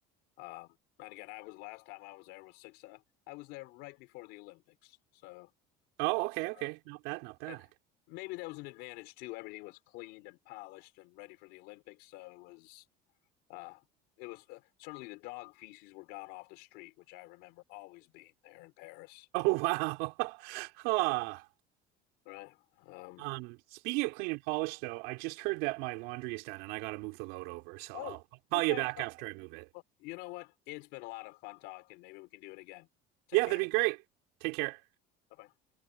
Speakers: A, on the left; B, on the right.
A: Um, and again, I was last time I was there was six. Uh, I was there right before the Olympics, so
B: Oh, okay, okay.
A: uh,
B: Not bad, not bad.
A: and maybe that was an advantage too. Everything was cleaned and polished and ready for the Olympics, so it was uh, it was uh, certainly the dog feces were gone off the street, which I remember always being there in Paris.
B: Oh, wow. <laughs> Huh.
A: Right. Um,
B: Um, speaking of clean and polish, though, I just heard that my laundry is done and I got to move the load over. So
A: oh,
B: I'll I'll call
A: okay.
B: you back after I move it.
A: Well, you know what? It's been a lot of fun talking. Maybe we can do it again. Take
B: Yeah,
A: care.
B: that'd be great. Take care.
A: Bye bye.